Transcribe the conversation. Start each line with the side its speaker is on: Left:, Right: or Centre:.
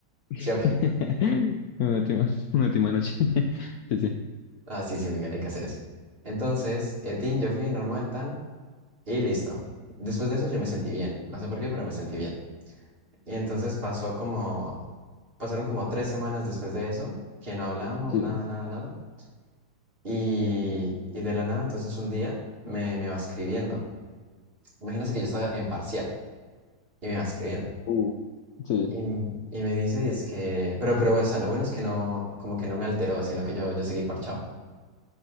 Left: <laughs>
Right: Sí, ok.
Left: Una última, una última noche. <laughs> Sí, sí.
Right: Ah, sí, sí, Miguel, hay que hacer eso. Entonces, eh, tin, yo fui normal, tan, y listo. Después de eso yo me sentí bien. No sé por qué, pero me sentí bien. Y entonces pasó como, pasaron como tres semanas después de eso, que no hablábamos,
Left: Sí,
Right: nada, nada, nada. Y, y de la nada, entonces un día me, me va escribiendo. Imagínate que yo estaba en parcial y me va escribiendo.
Left: uh, sí,
Right: Y, m- y me dice, y es que, pero, pero, o sea, lo bueno es que no, como que no me alteró, sino que yo, yo seguí parchado.